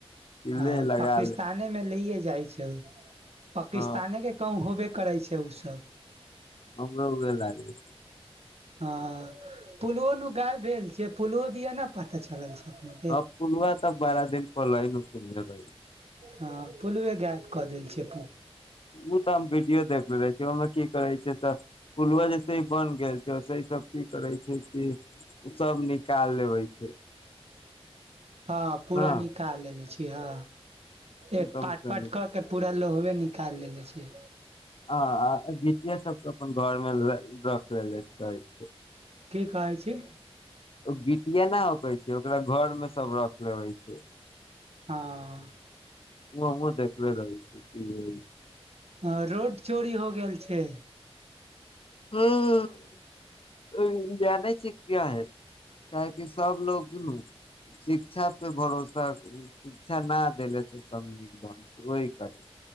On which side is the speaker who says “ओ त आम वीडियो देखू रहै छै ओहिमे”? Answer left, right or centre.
Left